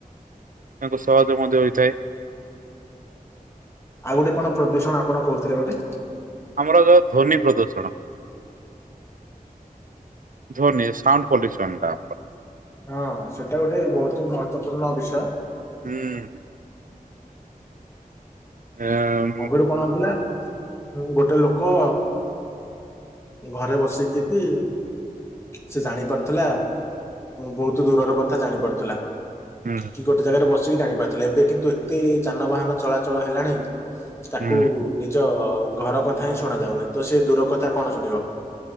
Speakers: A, on the right; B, on the left.
A: ତାଙ୍କୁ ସହଜ ମଧ୍ୟ ହୋଇଥାଏ।
B: ଆଉ ଗୋଟେ କଣ ପ୍ରଦୂଷଣ ଆପଣ କହୁଥିଲେ ଗୋଟେ?
A: ଆମର ଯଉ ଧ୍ୱନି ପ୍ରଦୂଷଣ? ଧ୍ୱନି ସାଉଣ୍ଡ ପଲ୍ୟୁସନ୍ ଟା।
B: ହଁ ସେଟା ଗୋଟେ ବହୁତ ମହତ୍ଵପୂର୍ଣ୍ଣ ବିଷୟ।
A: ହୁଁ। ମିଆ ଆ ଆ ଉ।
B: ଆଗରୁ କଣ ହଉଥିଲା ଗୋଟେ ଲୋକ। ଘରେ ବସି ତି ତି। ସେ ଜାଣି ପାରୁଥିଲା ବହୁତ ଦୂରର କଥା ଜାଣି ପାରୁଥିଲା।
A: ହୁଁ।
B: କି ଗୋଟେ ଜାଗାରେ ବସିକି ଜାଣିପାରଥିଲା ଏବେ କିନ୍ତୁ ଏତେ ଯାନବାହାନ ଚଳାଚଳ ହେଲାଣି। ତାକୁ
A: ହୁଁ
B: ନିଜ ଘର କଥା ହିଁ ଶୁଣା ଯାଉନି ତ ସେ ଦୂର କଥା କଣ ଶୁଣିବ।